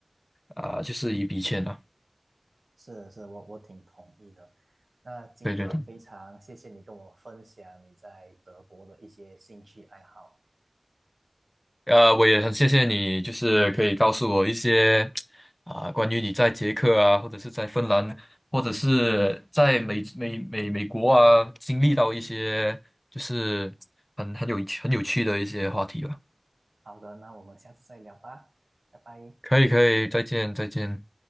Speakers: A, on the left (about 25°); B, on the right (about 85°).
A: 啊、就是一笔钱啊。
B: 是是，我我挺同意的。那今天非常谢谢你跟我分享你在德国的一些兴趣爱好。
A: 对对对。呃，我也很谢谢你，就是可以告诉我一些啊、关于你在捷克啊，或者是在芬兰，或者是在美美美美国啊，经历到一些就是很很有很有趣的一些话题吧。
B: 好的，那我们下次再聊吧，拜拜。
A: 可以，可以，再见，再见。